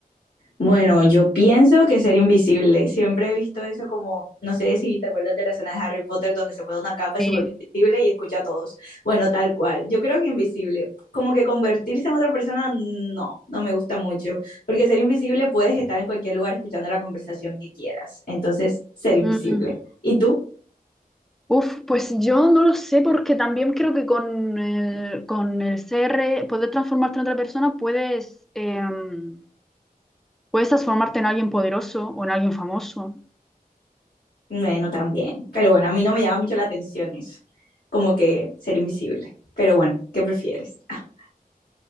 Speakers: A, on the left (about 80°); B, in the centre.
A: bueno, yo pienso que ser invisible. Siempre he visto eso como, no sé si te acuerdas de la escena de Harry Potter donde se pone una capa
B: Sí.
A: y se vuelve invisible y escucha a todos. Bueno, tal cual. Yo creo que invisible, como que convertirse en otra persona, no, no me gusta mucho, porque ser invisible puedes estar en cualquier lugar escuchando la conversación que quieras. Entonces, ser invisible.
B: Mm,
A: ¿Y tú?
B: Uf, pues yo no lo sé porque también creo que con el, con el CR, poder transformarte en otra persona, puedes, em, puedes transformarte en alguien poderoso o en alguien famoso.
A: Bueno, también. Pero bueno, a mí no me llama mucho la atención eso, como que ser invisible. Pero bueno, ¿qué prefieres? <laughs>